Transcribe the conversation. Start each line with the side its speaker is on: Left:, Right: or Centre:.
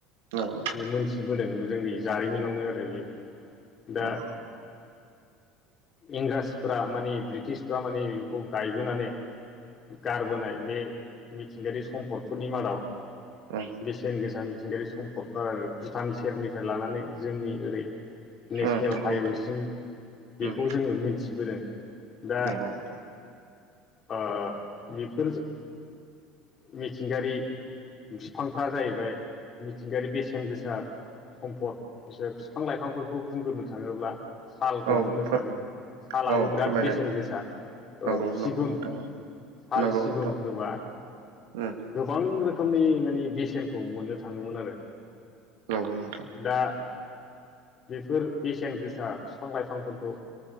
Right: नंगौ नोंथां
Left: जों मोनथिबोदों जोंनि जारिमिनावनो आरो बेफोर दा
Right: उम
Left: इंराजफोरा माने ब्रिटिसफ्रा माने खौ गायबोनानै गारबोनाय बे मिथिंगायारि सम्पद फोरनि मादाव
Right: उम
Left: बेसेन गोसा मिथिंगायारि सम्पदफोर आरो भुटान सेरनिफ्राय लानानै जोंनि ओरै नेसनेल
Right: उम नंगौ
Left: हाइवेसिम
Right: नोंथां
Left: बेखौ
Right: उम
Left: जोङो मिथिबोदों दा
Right: <inaudible>
Left: ओ बेफोर मिथिंगायारि बिफांफ्रा जाहैबाय मिथिंगायारि बेसेन गोसा सम्फद बिसोर बिफां लाइफांफोरखौ बुंग्रोनो थांङोब्ला सालखौ
Right: औ
Left: बुंनो
Right: फोर
Left: थांङो सालाबो
Right: औ
Left: बिराद
Right: फोरमायनाय
Left: बेसेन गोसा ओ
Right: नंगौ
Left: सिगुन
Right: नंगौ नोंथां औ
Left: साल
Right: नंगौ
Left: सिगुन
Right: नोंथां
Left: होनोबा
Right: उम
Left: गोबां रोखोमनि माने बेसेनखौ मोननो थाङोमोन आरो
Right: नंगौ नोंथां
Left: दा बेफोर बेसेन गोसा बिफां लाइफांफोरखौ